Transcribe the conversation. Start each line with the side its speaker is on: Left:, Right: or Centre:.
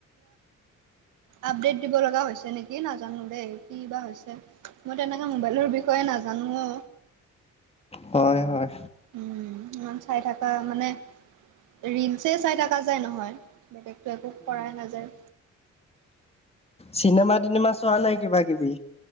Right: আপডেট দিব লগা হৈছে নেকি, নাজানো দেই। কি বা হৈছে? মই তেনেকৈ মোবাইলৰ বিষয়ে নাজানোও।
Left: হয়, হয়।
Right: উম ইমান চাই থকা মানে ৰিলছেই চাই থকা যায় নহয়, বেলেগটো একো কৰাই নাযায়।
Left: চিনেমা-টিনেমা চোৱা নাই কিবা কিবি?